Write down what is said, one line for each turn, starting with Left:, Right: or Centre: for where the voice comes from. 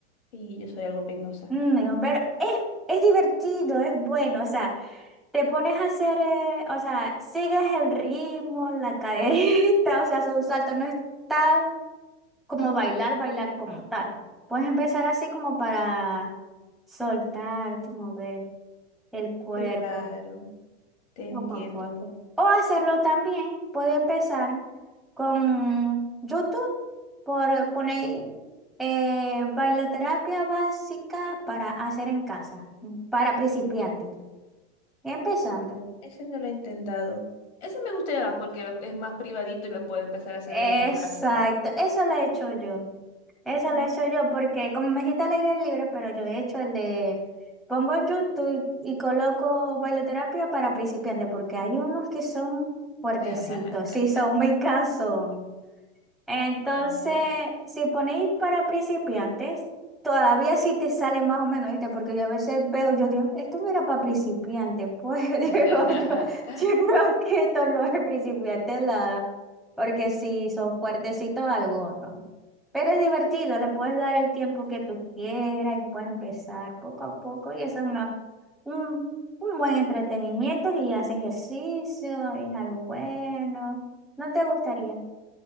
Left: Sí, yo soy algo penosa.
Centre: Mm, digo, pero es, es divertido, es bueno, o sea, te pones a hacer, eh, o sea, sigues el ritmo, la caderita, <laughs> o sea, su salto no es tal. como bailar, bailar como tal. Puedes empezar así como para soltarte, mover el cuerpo
Left: Claro, te
Centre: poco
Left: entiendo.
Centre: a poco. O hacerlo también, puede empezar con YouTube por poner eh, bailoterapia básica para hacer en casa, para principiantes. Empezando.
Left: Mm, Ese no lo he intentado. Ese me gustaría más porque lo- es más privadito y lo puedo empezar a hacer
Centre: Exacto,
Left: desde mi casa.
Centre: eso lo he hecho yo. Eso lo
Left: Mm.
Centre: he hecho yo porque como me dijiste al aire libre, pero yo he hecho el de pongo en YouTube y, coloco bailoterapia para principiantes porque hay unos que son fuertecitos,
Left: <laughs>
Centre: sí, son muy cansos. Entonces,
Left: Ay.
Centre: si ponéis para principiantes, todavía sí te sale más o menos, ¿viste? Porque yo a veces veo, yo digo, esto no era para principiantes, pues <laughs> digo
Left: <laughs>
Centre: yo, yo creo que esto no es principiante nada, porque si son fuertecitos algunos. Pero es divertido, le puedes dar el tiempo que tú quieras y puedes empezar poco a poco y eso es una, un, un buen entretenimiento y haces ejercicio, es algo bueno. ¿No te gustaría?